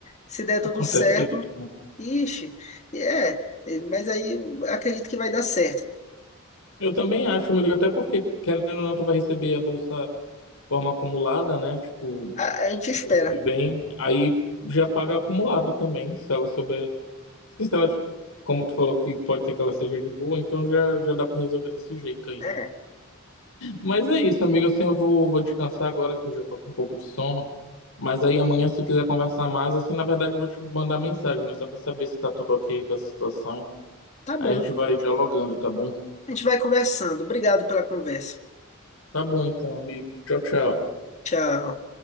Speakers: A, on the left; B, on the left.
A: Se der tudo
B: Acontece
A: certo,
B: outro, né?
A: Ixi, é, é, mas aí acredito que vai dar certo.
B: Eu também acho, amigo, até porque, querendo ou não, tu vai receber a bolsa de forma acumulada, né? Tipo,
A: A, a gente espera.
B: mês que vem, aí já paga acumulado também, se ela souber. Se ela, como tu falou que pode ser que ela seja de boa, então já, já dá pra resolver desse jeito aí.
A: É,
B: Mas é isso, amigo, assim, eu vou, vou descansar agora que eu já tô com um pouco de sono. Mas aí amanhã, se tu quiser conversar mais, assim, na verdade eu vou te mandar mensagem, né? Só pra saber se tá tudo ok com essa situação.
A: tá bom.
B: Aí a gente vai dialogando, tá bom?
A: A gente vai conversando. Obrigado pela conversa.
B: Tá bom então, amigo. Tchau, tchau.
A: Tchau.